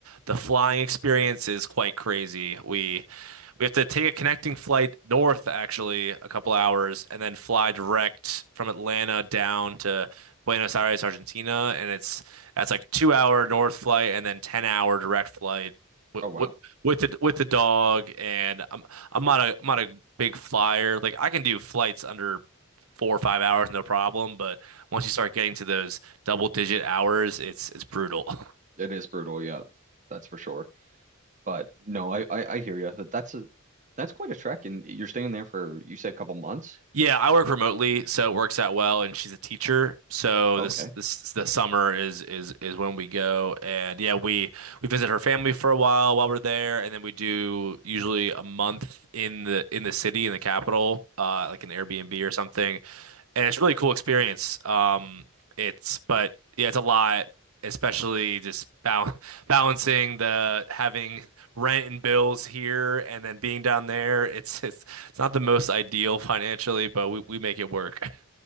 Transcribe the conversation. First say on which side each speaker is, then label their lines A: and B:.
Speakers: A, on the right; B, on the right.
A: the flying experience is quite crazy. We we have to take a connecting flight north, actually, a couple hours, and then fly direct from Atlanta down to Buenos Aires, Argentina. And it's that's like two hour north flight and then 10 hour direct flight with,
B: oh wow.
A: with with the with the dog. And I'm I'm not a I'm not a big flyer. Like I can do flights under four or five hours, no problem. But once you start getting to those double digit hours, it's it's brutal. <laughs>
B: It is brutal, yeah, that's for sure. But no, I I, I hear you. But that's a that's quite a trek, and you're staying there for you said a couple months.
A: Yeah, I work remotely, so it works out well. And she's a teacher, so
B: Okay,
A: this this the summer is is is when we go. And yeah, we we visit her family for a while while we're there, and then we do usually a month in the in the city in the capital, uh, like an Airbnb or something, and it's a really cool experience. Um, it's but yeah, it's a lot, especially just bal <laughs> balancing the having rent and bills here and then being down there. It's it's it's not the most ideal financially, but we we make it work. <laughs>